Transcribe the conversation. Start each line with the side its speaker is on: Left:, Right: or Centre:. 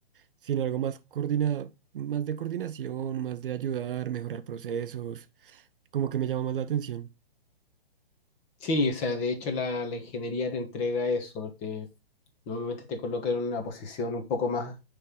Right: sino algo más coordina, más de coordinación, más de ayudar, mejorar procesos, como que me llama más la atención.
Left: Sí, o sea, de hecho la, la ingeniería te entrega eso, te, Normalmente te colocan en una posición un poco más